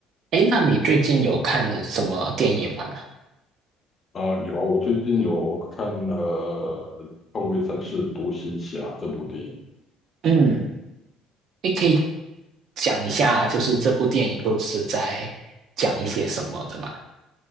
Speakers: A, on the right; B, on the left.
A: 哎，那你最近有看什么电影吗？
B: 啊、有啊，我最近有看了《捍卫战士独行侠》这部电影，
A: 嗯，你可以讲一下，就是这部电影都是在讲一些什么的吗？